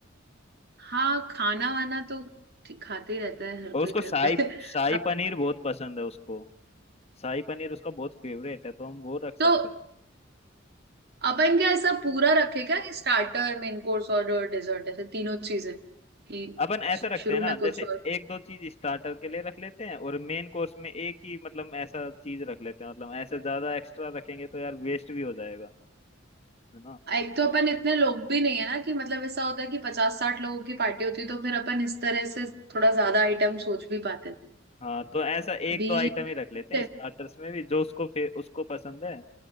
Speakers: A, on the right; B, on the left.
A: हाँ खाना वाना तो ठीक- खाते ही रहता है हर
B: और
A: कोई
B: उसको
A: घर
B: शाही
A: पे <laughs>
B: शाही
A: अपन
B: पनीर बहुत पसंद है उसको शाही पनीर उसका बहुत फेवरेट है तो हम वो रख सकते
A: तो
B: हैं
A: अपन क्या ऐसा पूरा रखे क्या कि स्टार्टर मेन कोर्स और डेजर्ट ऐसे तीनों चीजें कि
B: अपन ऐसा
A: शु-
B: रखते
A: शुरू
B: हैं ना
A: में कुछ
B: जैसे एक दो चीज स्टार्टर के लिए रख लेते हैं और मेन कोर्स में एक ही मतलब ऐसा चीज रख लेते हैं मतलब ऐसे ज्यादा एक्स्ट्रा रखेंगे तो यार वेस्ट भी हो जाएगा है ना
A: एक तो अपन इतने लोग भी नहीं है ना कि मतलब ऐसा होता है कि पचास साठ लोगों की पार्टी होती है तो फिर अपन इस तरह से थोड़ा ज्यादा आइटम सोच भी पाते हैं।
B: हाँ तो ऐसा एक
A: भी
B: दो आइटम
A: कितने?
B: ही रख लेते हैं स्टार्टर्स में भी जो उसको फे, उसको पसंद है